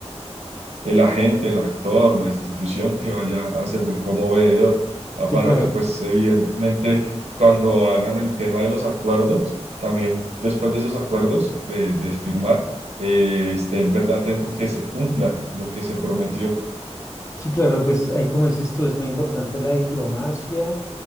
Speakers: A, on the right; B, on the left.
A: el agente, el actor, la institución que vaya a servir como veedor, ah,
B: Sí,
A: para
B: claro.
A: que pues evidentemente cuando hagan el tema de los acuerdos, también después de esos acuerdos de, de firmar, eh, esté en verdad atento que se cumpla lo que se prometió.
B: Sí, claro, pues ahí como dices tú, es muy importante la diplomacia